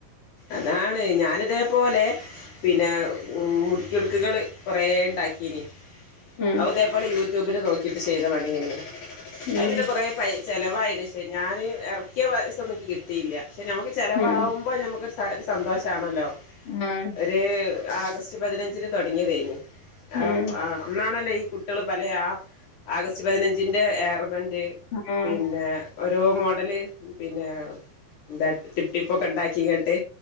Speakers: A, on the left; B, on the left.
A: അതാണ് ഞാനിതേപോലെ പിന്നെ മുടിക്ക്ടുക്കുകൾ കൊറെ ഉണ്ടാക്കീനി..
B: ഉം
A: അവും ഇതെപോലെ യൂട്യൂബില് നോക്കിട്ട് ചെയ്ത പണിയെയ്ന്ന്... അത്
B: ഉം
A: പിന്നെ കൊറേ പൈ ചെലവായിന് ക്ഷേ ഞാന് എറക്കിയ പൈസ ഒന്നും കിട്ടിയില്ല.... പക്ഷെ ഞമ്മുക്ക് ചിലവാവുംബോ
B: ഉം
A: നമുക്ക് ഒരു സന്തോഷാണല്ലോ
B: ഉം
A: ഒര്... ആഗസ്റ്റ് പതിനഞ്ചിന് തുടങ്ങിയതേയ്ന്നു അ
B: ഉം
A: പ അന്നാണല്ലോ ഈ കു... ട്ട്യള് പലെ ആ ആഗസ്റ്റ് പതിനഞ്ചിന്റെ ഏർ ബെൻഡ്
B: ഉം
A: പിന്നെ ഓരോമൊട്ട്... കടല് പിന്നെ എന്താ ടിപ്പ് ടിപ്പ് ക്കെ ഒണ്ടാക്കിട്ട്...